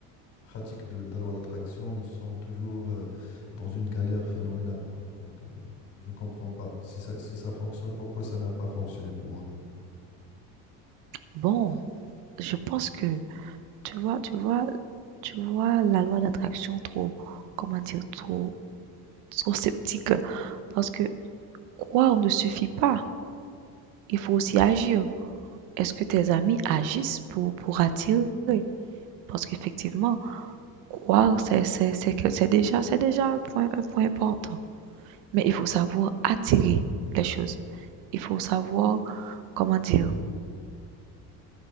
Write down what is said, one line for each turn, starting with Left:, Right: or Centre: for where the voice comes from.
Left: pratiques de, de la loi d'attraction, ils sont toujours euh, dans une galère phénoménale, quoi. Donc, euh, je ne comprends pas. Si ça, si ça fonctionne, pourquoi ça n'a pas fonctionné pour eux?
Right: Bon, je pense que tu vois, tu vois, tu vois la loi d'attraction trop, comment dire, trop, trop sceptique. Parce que croire ne suffit pas. Il faut aussi agir. Est-ce que tes amis agissent pour, pour attirer? Parce qu'effectivement, croire, c'est, c'est, c'est, que- c'est déjà, c'est déjà un point, un point important. Mais il faut savoir attirer les choses. Il faut savoir, comment dire,